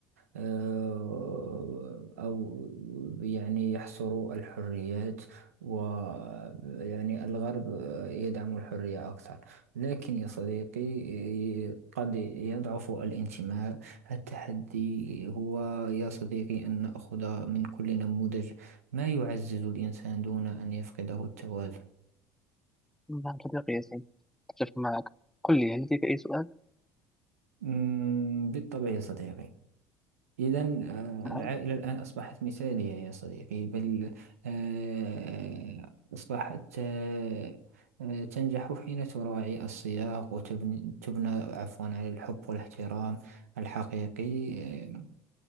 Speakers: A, on the right; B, in the centre.
A: آه، أو يعني يحصر الحريات ويعني الغرب آه، يدعم الحرية أكثر لكن يا صديقي آه، قد يضعف الانتماء التحدي هو يا صديقي أن نأخذ من كل نموذج ما يعزز الإنسان دون أن يفقده التوازن
B: نعم صديقي ياسين أتفق معك قل لي هل لديك أي سؤال؟
A: مم، بالطبع يا صديقي إذا
B: نعم
A: العائلة الآن أصبحت مثالية يا صديقي بل آه، أصبحت آه، آه، تنجح حين تراعي السياق وتبني تبنى عفوا على الحب والاحترام الحقيقي آه،